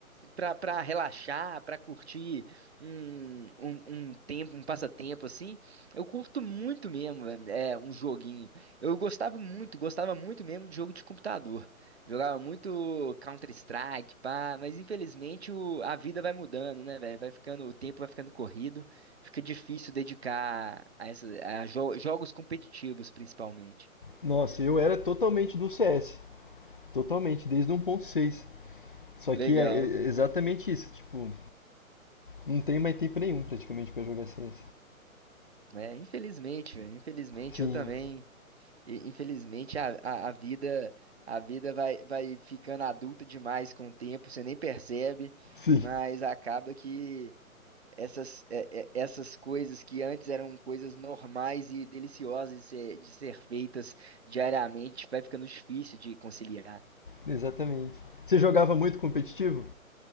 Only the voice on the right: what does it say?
para para relaxar, para curtir um, um, um tempo, um passatempo assim. Eu curto muito mesmo, velho, é um joguinho. Eu gostava muito, gostava muito mesmo de jogo de computador. Jogava muito Counter-Strike, pá, mas infelizmente o, a vida vai mudando, né, velho? Vai ficando, o tempo vai ficando corrido, fica difícil dedicar a, essa, a jo- jogos competitivos, principalmente.
Legal.
É, infelizmente, velho, infelizmente
eu também. E, infelizmente a, a, a vida a vida vai, vai ficando adulta demais com o tempo, você nem percebe,
mas acaba que essas, é, é, essas coisas que antes eram coisas normais e deliciosas de ser, de ser feitas diariamente, vai ficando difícil de conciliar.